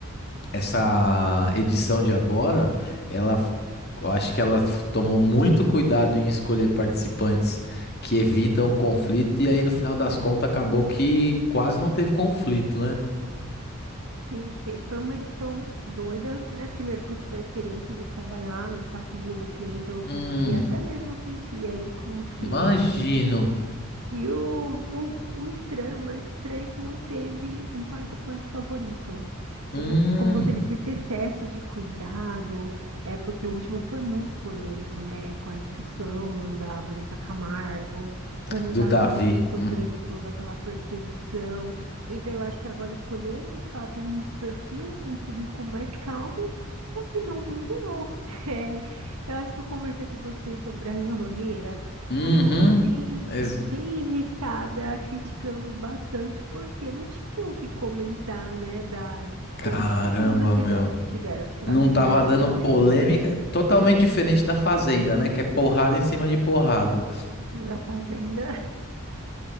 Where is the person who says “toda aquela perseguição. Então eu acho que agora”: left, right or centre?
Right